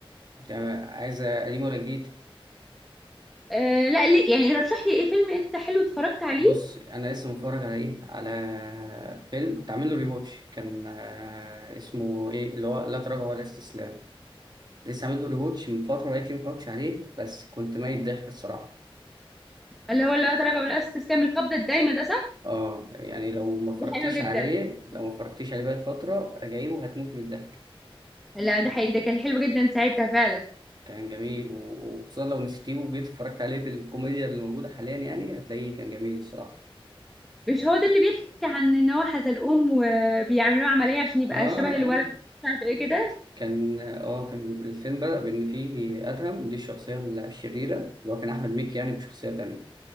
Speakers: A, on the right; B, in the centre.
A: انت عايزه قديم ولا جديد
B: آه لا ليه يعني رشح لي ايه فيلم انت حلو اتفرجت عليه
A: بص انا لسه متفرج على ايه على فيلم كنت عامل له ريواتش كان آه، اسمه ايه اللي هو لا تراجع ولا استسلام لسه عامل له ريواتش من فتره بقيت ما اتفرجتش عليه بس كنت ميت ضحك الصراحه
B: اللي هو لا تراجع ولا استسلام القبضه الدايمه ده صح
A: اه يعني لو ما اتفرجتيش
B: ده حلو جدا
A: عليه لو ما اتفرجتيش عليه بقالك فتره راجعيه وهتموتي من الضحك
B: لا ده حقيقي ده كان حلو جدا ساعتها فعلا
A: كان جميل و- وخصوصا لو نسيتيه وجيت اتفرجت عليه بالكوميديا اللي موجوده حاليا يعني هتلاقيه كان جميل الصراحه
B: مش هو ده اللي بيحكي عن ان هو حزلقوم وبيعملوا له عمليه عشان يبقى
A: اه
B: شبه الولد
A: اه
B: مش عارف ايه كده
A: كان اه كان الفيلم بدأ بإن فيه أدهم دي الشخصية الشريرة اللي هو كان أحمد مكي يعني بشخصية تانية